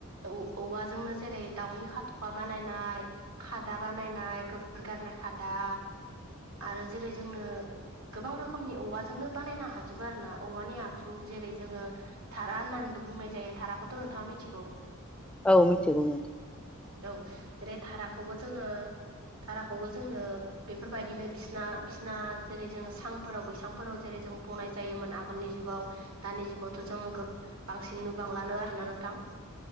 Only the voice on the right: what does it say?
औ औवाजोंनो जेरै दाउनि खाथाखआ बानायनाय खादा बानायनाय गोबोर गारनाय खादा आरो जेरै जोंङो गोबां रोखोमनि औवाजोंनो बानायनो हाजोबो आरो ना औवानि आख जु जेरै जोङो धारा होननानैबो बुंनाय जायो धाराखौथ नोंथाङा मिथिगौ
औ जेरै थाराखौबो जोङो थाराखौबो जोङो बेफोरबायदिनो बिसना बिसना जेरै जोङो सांफोराव बैसां फोराव जेरै जों बनाय जायोमोन आगोलनि जुगाव दानि जुगावथ' जोङो गोब बांसिन नुबांलानो आरोना नोंथां